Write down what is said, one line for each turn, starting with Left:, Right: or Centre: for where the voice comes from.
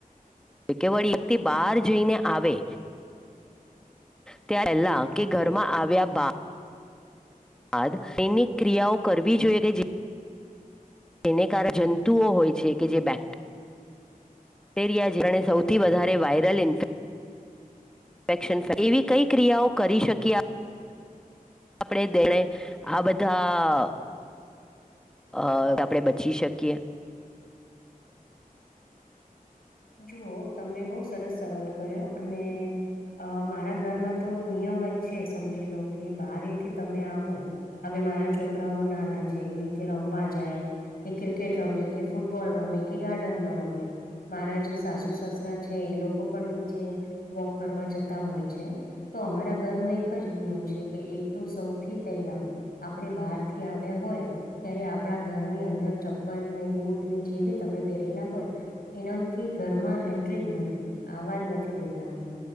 Centre: તો કેવળ વ્યક્તિ બહાર જઈને આવે ત્યાં પહેલા કે ઘરમાં આવ્યા બા બાદ સૈનિક ક્રિયાઓ કરવી જોઈએ કે જે તેને કારણે જંતુઓ હોય છે કે જે બેક્ટ બેક્ટેરિયાણે સૌથી વધારે વાયરલ ઇન્ફેક ક્શન એવી કઈ ક્રિયાઓ કરી શકી્યા આપણે દેણે આ બધા અ આપડણે બચી શકીએ
Left: જુઓ તમે બહુ સરસ સવાલ કર્યો અને અ મારા ઘરમાં તો નિયમ જ છે સમજી લો કે બારથી તમે આવો હવે મારા છોકરાઓ નાના છે એ નીચે રમવા જાય કે ક્રિકેટ રમે કે ફૂટબોલ રમે કે ગાર્ડનમાં રમે મારા જે સાસુ સસરા છે એ લોકો પણ નીચે વોક કરવા જતા હોય છે તો અમારા ઘરનો એક જ નિયમ છે કે એક તો સૌથી પહેલા આપણે બહાર થી આવ્યા હોય ત્યારે આપણા ઘરની અંદર ચપ્પલ ને બુટ ની જે બી તમે પહેરેલા હોય ઇનામથી ઘરમાં એન્ટ્રી જ નથી આવાજ નથી દેતા અમે